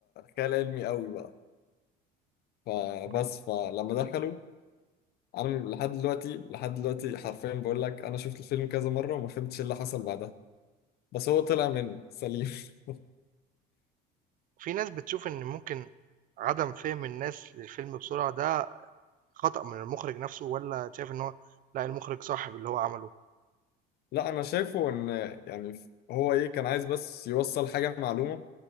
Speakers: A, on the left; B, on the right.
A: خيال علمي أوي بقى فبس
B: إمم،
A: فلما دخلوا أنا لحد دلوقتي لحد دلوقتي حرفيا بقول لك أنا شفت الفيلم كذا مرة وما فهمتش إيه اللي حصل بعدها بس هو طلع منه سليم <laughs>
B: في ناس بتشوف إن ممكن عدم فهم الناس للفيلم بسرعة ده خطأ من المُخرِج نَفْسه والّا شايف إن هو لأ، المُخرِج صح باللي هو عمله؟
A: لا انا شايفه ان يعني هو ايه كان عايز بس يوصل حاجه معلومه